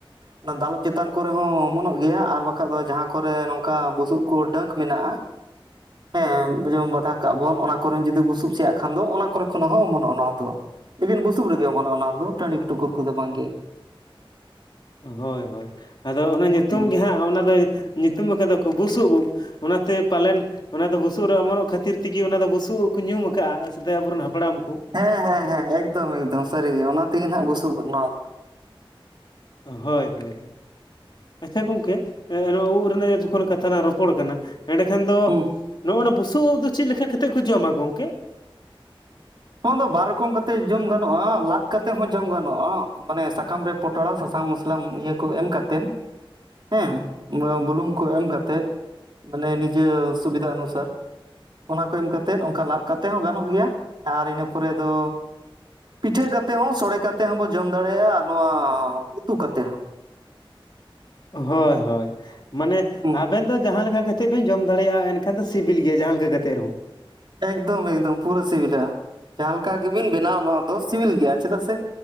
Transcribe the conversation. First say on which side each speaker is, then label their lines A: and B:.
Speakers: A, on the right; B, on the left.
A: ᱚᱱᱟ ᱫᱟᱞᱚᱵ ᱪᱮᱛᱟᱱ ᱠᱚᱨᱮ ᱦᱚᱸ ᱚᱢᱚᱱᱚᱜ ᱜᱮᱭᱟ ᱟᱨ ᱵᱟᱠᱷᱟᱡ ᱫᱚ ᱡᱟᱦᱟᱸ ᱠᱚᱨᱮ ᱱᱚᱝᱠᱟ ᱵᱩᱥᱩᱵ ᱰᱟᱹᱠ ᱢᱮᱱᱟᱜᱼᱟ᱾ ᱦᱮᱸ ᱡᱮᱢᱚᱱ ᱵᱟᱫᱷᱟ ᱠᱟᱜ ᱵᱚᱱ ᱚᱱᱟ ᱠᱚᱨᱮ ᱡᱩᱫᱤ ᱵᱩᱥᱩᱵ ᱥᱮᱭᱟᱜ ᱠᱷᱟᱱ ᱫᱚ ᱚᱱᱟ ᱠᱚᱨᱮ ᱠᱷᱚᱱ ᱦᱚᱸ ᱚᱢᱚᱱᱚᱜᱼᱟ ᱱᱚᱣᱟ ᱫᱚ᱾ ᱞᱮᱠᱤᱱ ᱵᱩᱥᱩᱵ ᱨᱮᱜᱮ ᱵᱚᱱ ᱚᱱᱟ ᱫᱚ, ᱴᱟᱺᱰᱤ ᱴᱩᱠᱩᱨ ᱠᱚᱫᱚ ᱵᱟᱝ ᱜᱮ᱾
B: ᱦᱳᱭ, ᱦᱳᱭ ᱟᱫᱚ ᱚᱱᱟ ᱧᱩᱛᱩᱢ
A: ᱦᱩᱸ
B: ᱜᱮ ᱦᱟᱸᱜ ᱚᱱᱟ ᱫᱚ ᱧᱩᱛᱩᱢ ᱟᱠᱟᱫᱟ ᱫᱚ ᱠᱚ ᱵᱩᱥᱩᱵ ᱩᱵ᱾ ᱚᱱᱟᱛᱮ ᱯᱟᱞᱮᱱ, ᱚᱱᱟ ᱫᱚ ᱵᱩᱥᱩᱵ ᱨᱮ ᱚᱢᱚᱱᱚᱜ ᱠᱷᱟᱹᱛᱤᱨ ᱛᱮᱜᱮ ᱚᱱᱟ ᱫᱚ ᱵᱩᱥᱩᱵ ᱩᱫᱽ ᱠᱩ ᱧᱩᱢ ᱟᱠᱟᱜᱼᱟ᱾ ᱥᱮᱫᱟᱭ ᱟᱵᱚᱨᱮᱱ ᱦᱟᱯᱲᱟᱢ ᱠᱚ᱾
A: ᱦᱮᱸ ᱦᱮᱸ ᱦᱮᱸ ᱮᱠᱫᱚᱢ ᱮᱠᱫᱚᱢ ᱥᱟᱹᱨᱤ ᱜᱮ, ᱚᱱᱟ ᱛᱮᱜᱮ ᱱᱟᱜ ᱵᱩᱥᱩᱵ ᱩᱫ ᱱᱚᱣᱟ ᱫᱚ᱾
B: ᱦᱳᱭ, ᱦᱳᱭ᱾ ᱟᱪᱪᱷᱟ ᱜᱚᱝᱠᱮ, ᱮᱸᱜ ᱱᱚᱣᱟ ᱳᱜ ᱨᱮᱱᱟᱜ ᱡᱚᱠᱷᱚᱱ ᱠᱟᱛᱷᱟ ᱞᱟᱝ ᱨᱚᱯᱚᱲ ᱠᱟᱱᱟ᱾ ᱮᱸᱰᱮ ᱠᱷᱟᱱ ᱫᱚ
A: ᱦᱩᱸ
B: ᱱᱚᱜ ᱱᱟ ᱵᱩᱥᱩᱵ ᱩᱵ <unintelligible> ᱫᱚ ᱪᱮᱫ ᱞᱮᱠᱟ ᱠᱟᱛᱮ ᱮᱫ ᱠᱚ ᱡᱚᱢᱼᱟ ᱜᱚᱝᱠᱮ?
A: ᱱᱚᱣᱟ ᱫᱚ ᱵᱟᱨ ᱨᱚᱠᱚᱢ ᱠᱟᱛᱮ ᱡᱚᱢ ᱜᱟᱱᱚᱜᱼᱟ᱾ ᱞᱟᱫ ᱠᱟᱛᱮ ᱦᱚᱸ ᱡᱚᱢ ᱜᱟᱱᱚᱜᱼᱟ ᱢᱟᱱᱮ ᱥᱟᱠᱟᱢ ᱨᱮ ᱯᱚᱴᱚᱲᱟ ᱥᱟᱥᱟᱝ ᱢᱚᱥᱞᱟ ᱤᱭᱟᱹ ᱠᱚ ᱮᱢ ᱠᱟᱛᱮᱱ ᱦᱮᱸ, ᱵᱩᱞᱩᱝ ᱠᱚ ᱮᱢ ᱠᱟᱛᱮᱜ, ᱢᱟᱱᱮ ᱱᱤᱡᱮ ᱥᱩᱵᱤᱫᱷᱟ ᱚᱱᱩᱥᱟᱨ᱾ ᱚᱱᱟ ᱠᱚ ᱮᱢ ᱠᱟᱛᱮᱫ᱾ ᱚᱱᱠᱟ ᱞᱟᱫ ᱠᱟᱛᱮᱫ ᱦᱚᱸ ᱜᱟᱱᱚᱜ ᱜᱮᱭᱟ ᱟᱨ ᱤᱱᱟᱹ ᱯᱚᱨᱮ ᱫᱚ ᱯᱤᱴᱷᱟᱹ ᱠᱟᱛᱮ ᱦᱚᱸ, ᱥᱚᱲᱮ ᱠᱟᱛᱮ ᱦᱚᱸ ᱵᱚ ᱡᱚᱢ ᱫᱟᱲᱮᱭᱟᱜᱼᱟ ᱾ ᱟᱨ ᱱᱚᱣᱟ ᱩᱛᱩ ᱠᱟᱛᱮ ᱦᱚᱸ᱾
B: ᱦᱳᱭ, ᱦᱳᱭ ᱢᱟᱱᱮ
A: ᱦᱩᱸ
B: ᱟᱵᱮᱱ ᱫᱚ ᱡᱟᱦᱟᱸ ᱞᱮᱠᱟ ᱠᱟ ᱛᱮ ᱵᱮᱱ ᱡᱚᱢ ᱫᱟᱲᱮᱭᱟᱜᱼᱟ ᱮᱱᱠᱷᱟᱱ ᱫᱚ ᱥᱤᱵᱤᱞ ᱜᱮᱭᱟ ᱡᱟᱦᱟᱸ ᱞᱮᱠᱟ ᱠᱟᱛᱮᱫ ᱨᱮᱦᱚᱸ᱾
A: ᱮᱠᱫᱚᱢ ᱮᱠᱫᱚᱢ ᱯᱩᱨᱟᱹ ᱥᱤᱵᱤᱞᱟ᱾ ᱡᱟᱦᱟᱸ ᱞᱮᱠᱟ ᱜᱮ ᱵᱤᱱ ᱵᱮᱱᱟᱣ ᱱᱚᱣᱟ ᱫᱚ ᱥᱤᱵᱤᱞ ᱜᱮᱭᱟ᱾ ᱪᱮᱫᱟᱜ ᱥᱮ